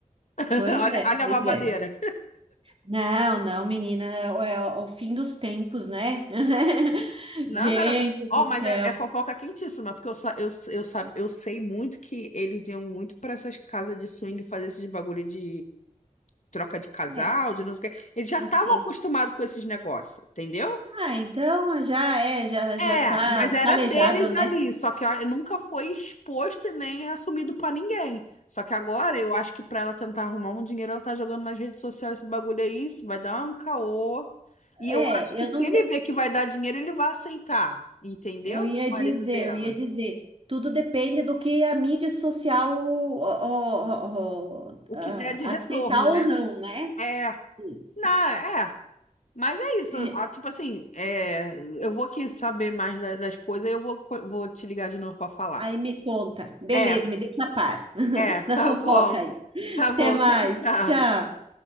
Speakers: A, on the left (about 60°); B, on the right (about 40°).
A: <laughs>
B: pois
A: Olha,
B: é,
A: olha
B: pois
A: a babadeira.
B: é. Não, não, menina, é o, é o fim dos tempos, né? <laughs>
A: Não,
B: Gente
A: garota. Ó,
B: do céu.
A: mas é, é fofoca quentíssima, porque eu, só, eu, eu, sa- eu sei muito que eles iam muito pra essas casas de swing fazer esses bagulho de troca de casal,
B: É,
A: de não sei o quê. Eles já estavam
B: assim.
A: acostumados com esses negócios, entendeu?
B: Ah, então já é, já já
A: É,
B: tá
A: mas era
B: calejado,
A: deles
B: né?
A: ali, só que ó, nunca foi exposto e nem assumido pra ninguém. Só que agora eu acho que pra ela tentar arrumar um dinheiro, ela tá jogando nas redes sociais esse bagulho aí, isso vai dar um caô. E
B: É,
A: eu acho
B: é,
A: que
B: eu
A: se
B: não sei,
A: ele ver que vai dar dinheiro, ele vai aceitar, entendeu?
B: eu ia
A: O marido
B: dizer,
A: dela.
B: eu ia dizer, tudo depende do que a mídia social ó, ó, ó,
A: O
B: ah,
A: que der de retorno,
B: aceitar ou
A: né?
B: não, né?
A: É,
B: Isso.
A: não, é. Mas é isso,
B: <laughs>
A: ah, tipo assim, é, eu vou aqui saber mais da- das coisas e eu vou, vou te ligar de novo pra falar.
B: Aí me conta. Beleza,
A: É.
B: me deixa a par <laughs>
A: É, tá
B: da fofoca
A: bom.
B: aí.
A: Tá
B: Até
A: bom,
B: mais.
A: tchau, tchau.
B: Tchau.